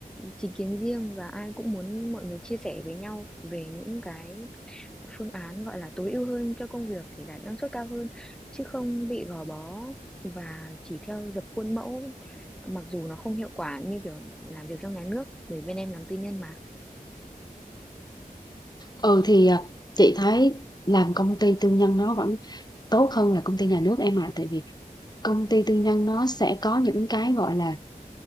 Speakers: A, in the centre; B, on the left.
A: chính kiến riêng và ai cũng muốn mọi người chia sẻ với nhau về những cái phương án gọi là tối ưu hơn cho công việc để đạt năng suất cao hơn chứ không bị gò bó và chỉ theo dập khuôn mẫu mặc dù nó không hiệu quả như kiểu làm việc trong nhà nước bởi bên em làm tư nhân mà
B: Ừ, thì à, chị thấy làm công ty tư nhân nó vẫn tốt hơn là công ty nhà nước em ạ. Tại vì công ty tư nhân nó sẽ có những cái gọi là